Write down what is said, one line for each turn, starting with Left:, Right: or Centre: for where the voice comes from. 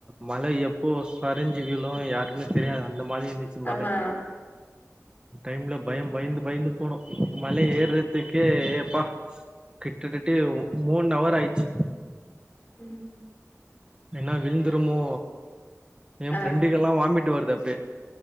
Right: மல எப்போ சரிஞ்சி விழு யாருக்குமே தெரியாது அந்த மாரி இருந் ச்சி
Left: ஆமா
Right: மல அந்த டைம்ல பயம் பயந்து பயந்து போனோம் மல ஏற்றதுக்கே ப்பா கிட்ட கிட்டயே மூன் அவர் ஆயிச்சி
Left: ம்
Right: என்னா விழுந்துருமோ எயா
Left: ஆ
Right: ஃப்ரெண்டுக்கெல்லா வாமிட் வருது அப்டியை